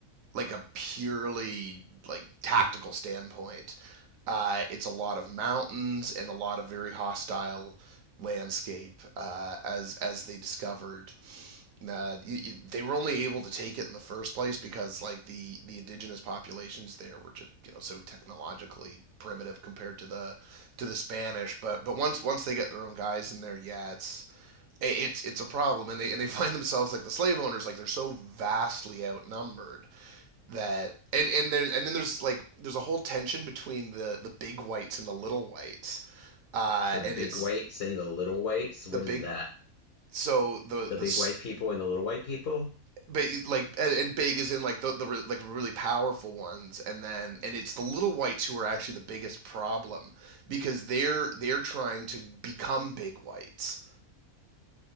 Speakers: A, on the right; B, on the left.
A: like a purely like tactical standpoint, uh, it's a lot of mountains and a lot of very hostile landscape uh, as as they discovered. Uh, you, you, they were only able to take it in the first place because like the the indigenous populations there were just you know so technologically primitive compared to the to the Spanish. But but once once they get their own guys in there, yeah, it's it's it's a problem, and they and they <laughs> find themselves like the slave owners, like they're so vastly outnumbered that and and there's and then there's like there's a whole tension between the the big whites and the little whites uh
B: The big
A: and it's
B: whites and the little whites.
A: the
B: What
A: big
B: is that?
A: so the
B: The
A: the
B: big white people and the little white people?
A: but like and big is in like the the like really powerful ones and then and it's the little whites who are actually the biggest problem because they're they're trying to become big whites